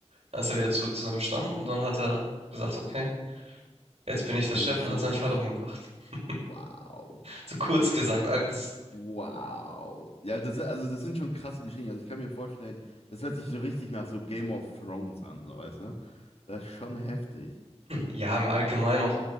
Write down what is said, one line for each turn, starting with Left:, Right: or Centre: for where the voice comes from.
Right: Dann ist er wieder zurück zu seinem Stamm und dann hat er gesagt, okay, jetzt bin ich der
Left: Wenn
Right: Chef
Left: es
Right: und
Left: so
Right: hat seinen
Left: ist,
Right: Vater umgebracht. <laughs>
Left: wow.
Right: So kurz gesagt, das
Left: Wow. Ja, das, also das sind schon krasse Geschichten. Also ich kann mir vorstellen, das hört sich so richtig nach so Game of Thrones an, so weißt du? Das ist schon heftig.
Right: Ja, im Allgemeinen auch,